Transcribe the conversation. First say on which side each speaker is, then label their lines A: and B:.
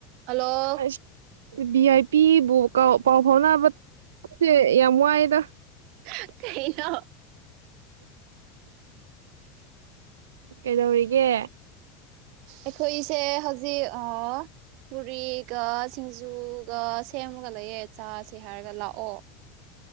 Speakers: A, on the right (about 65°); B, on the right (about 90°).
A: hello
B: ꯑꯁ ꯚꯤ ꯑꯥꯏ ꯄꯤꯕꯨ ꯄꯥꯎ ꯐꯥꯎꯅꯕꯁꯦ ꯌꯥꯝ ꯋꯥꯏꯑꯦꯗ
A: ꯍꯍ ꯀꯩꯅꯣ
B: ꯀꯩꯗꯧꯔꯤꯒꯦ
A: ꯑꯈꯣꯏꯁꯦ ꯍꯧꯖꯤꯛ ꯑꯥ ꯄꯨꯨꯔꯤꯒ ꯁꯤꯡꯖꯨꯒ ꯁꯦꯝꯃꯒ ꯂꯩꯌꯦ ꯆꯥꯁꯦ ꯍꯥꯏꯔꯒ ꯂꯥꯛꯑꯣ